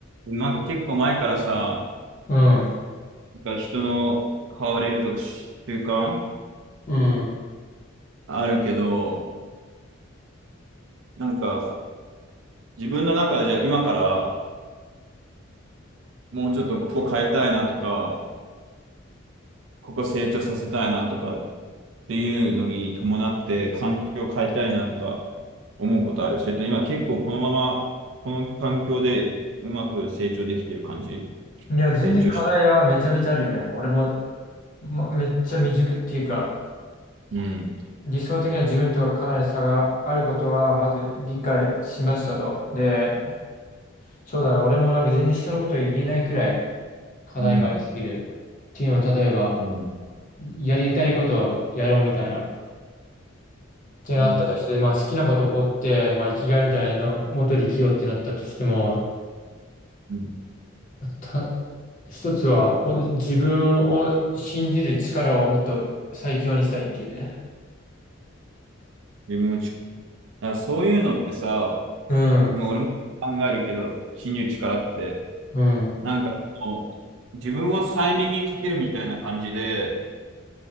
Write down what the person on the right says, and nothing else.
なんか結構前からさ、
なんか人の変われるとか習慣
あるけど、なんか自分の中でじゃあ今からもうちょっとここ変えたいなとか、ここ成長させたいなとかっていうのに伴って環境を変えたいなとか思うことある。それと今結構このままこの環境でうまく成長できてる感じ
成長したい。
うん、
うん、
うん、
うん、
うん。
自分をち、だからそういうのってさ、
もう俺も考えるけど、信じる力って、
なんかその、自分を催眠にかけるみたいな感じで、